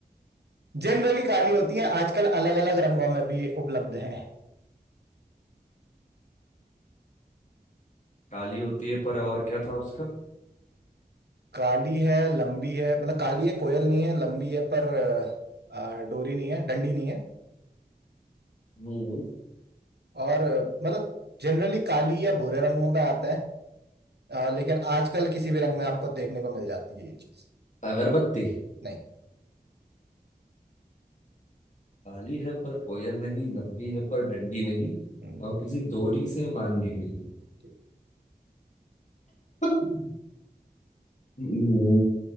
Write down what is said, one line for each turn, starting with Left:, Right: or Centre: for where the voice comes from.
Right: जनरली काली
Left: हम्म,
Right: होती हैं आजकल अलग अलग रंगों में भी उपलब्ध हैं
Left: काली होती है पर और क्या था उसका
Right: काली है लंबी है मतलब काली है कोयल नहीं है लंबी है पर अ, अ, डोरी नहीं है डंडी नहीं है
Left: हम्म।
Right: और अ, मतलब जनरली काली या भूरे रंगों में आते हैं अ, लेकिन आजकल किसी भी रंग में आपको देखने को मिल जाती है ये चीज
Left: अगरबत्ती
Right: नहीं
Left: काली है पर कोयल नहीं लंबी है पर डंडी नहीं
Right: हम्म,
Left: और किसी डोरी से बांधी गई है
Right: जी।
Left: <laughs> हम्म,